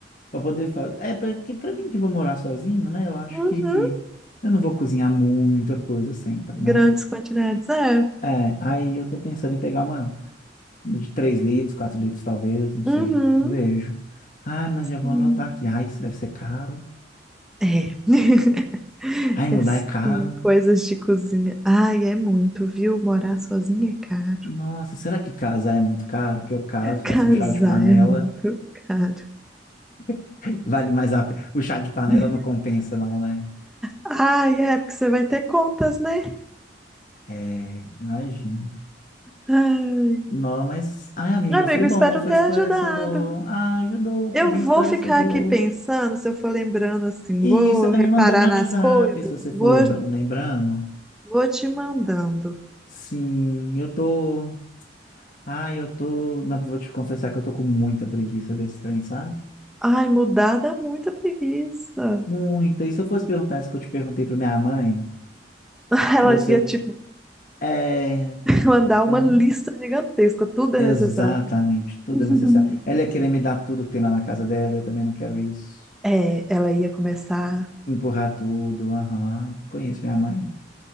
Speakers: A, on the left; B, in the centre.
A: Pra poder fazer. É, porque pra mim que vou morar sozinho, né? Eu acho
B: Uhum.
A: que eu não vou cozinhar muita coisa sempre,
B: Grandes
A: né?
B: quantidades, é.
A: É, aí eu tô pensando em pegar uma de 3 litros, 4 litros, talvez, não sei.
B: Uhum.
A: Vejo. Ai, mas já vou
B: Hum.
A: anotar aqui. Ai, isso deve ser caro.
B: É. <laughs>
A: Ai, mudar
B: É sim,
A: é caro.
B: coisas de cozinha. Ai, é muito, viu? Morar sozinha é caro.
A: Nossa, será que casar é muito caro? Que eu caso,
B: <laughs>
A: faço
B: Casar
A: um chá de panela.
B: é muito caro.
A: <laughs> Vale mais a pena. O chá de panela
B: <laughs>
A: não compensa, não, né?
B: Ai, é, porque você vai ter contas, né?
A: É, imagino.
B: Ah,
A: Não, mas, ai, amiga,
B: Meu Amigo,
A: foi bom,
B: espero
A: foi
B: ter
A: esclarecedor.
B: ajudado.
A: Ah, ajudou, foi
B: Eu
A: bem
B: vou
A: esclarecedor.
B: ficar aqui pensando, se eu for lembrando assim,
A: E
B: vou
A: você vai
B: reparar
A: me mandando no WhatsApp,
B: nas coisas,
A: se você
B: vou,
A: for lembra- lembrando.
B: vou te mandando.
A: Sim, eu tô. Ai, eu tô. Não, vou te confessar que eu tô com muita preguiça desse trem, sabe?
B: Ai, mudar dá muita preguiça.
A: Muita. E se eu fosse perguntar isso que eu te perguntei pra minha mãe,
B: <laughs> Ela
A: ia ser
B: ia
A: um.
B: te
A: É.
B: <laughs> mandar
A: Então,
B: uma lista gigantesca, tudo
A: exatamente,
B: é necessário.
A: tudo
B: <laughs>
A: é necessário. Ela ia querer me dar tudo que tem lá na casa dela, eu também não quero isso.
B: É, ela ia começar.
A: Empurrar tudo, aham. Conheço minha mãe.